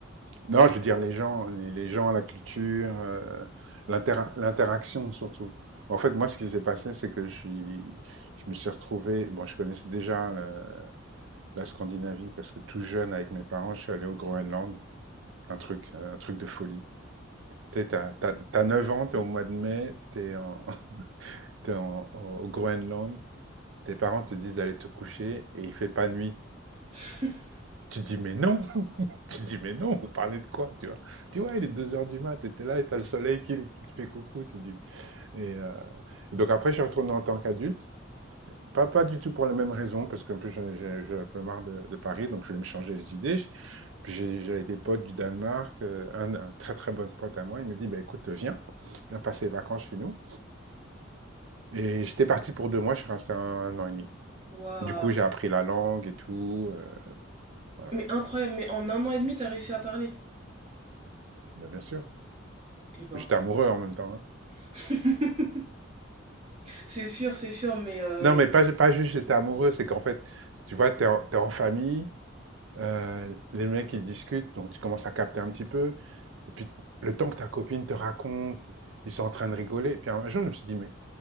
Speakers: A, on the right (about 75°); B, on the right (about 30°).
A: Non, je veux dire les gens, les, les gens, la culture, euh, l'intera- l'interaction surtout. En fait, moi, ce qui s'est passé, c'est que je suis, je me suis retrouvé. Bon, je connaissais déjà la, la Scandinavie parce que tout jeune, avec mes parents, je suis allé au Groenland. Un truc, un truc de folie. Tu sais, t'as, t'as, t'as 9 ans, t'es au mois de mai, t'es en, <laughs> t'es en, au Groenland. Tes parents te disent d'aller te coucher et il fait pas nuit.
B: <laughs>
A: Tu dis mais non, <laughs> Tu dis, mais non, vous parlez de quoi, tu vois? Tu vois, il est deux heures du mat, t'étais là et t'as le soleil qui, qui te fait coucou, tu dis. Et, euh, et donc après, je suis retourné en tant qu'adulte. Pas, pas du tout pour la même raison, parce qu'un peu, j'en ai- j'ai j'ai un peu marre de, de Paris, donc je voulais me changer les idées. Puis j'ai- j'avais des potes du Danemark, euh, un, un très très bon pote à moi, il me dit, bah, écoute, viens, viens passer les vacances chez nous. Et j'étais parti pour deux mois, je suis resté un, un an et demi.
B: Waouh.
A: Du coup, j'ai appris la langue et tout, euh, voilà.
B: Mais incroyable, mais en un an et demi, t'as réussi à parler.
A: Bah, bien sûr,
B: Eh ben.
A: j'étais amoureux en même temps. hein.
B: <laughs> C'est sûr, c'est sûr, mais euh,
A: Non, mais pas, pas juste j'étais amoureux, c'est qu'en fait, tu vois, t'es en, t'es en famille, euh, les mecs ils discutent, donc tu commences à capter un petit peu, et puis le temps que ta copine te raconte, ils sont en train de rigoler, et puis un jour je me suis dit, mais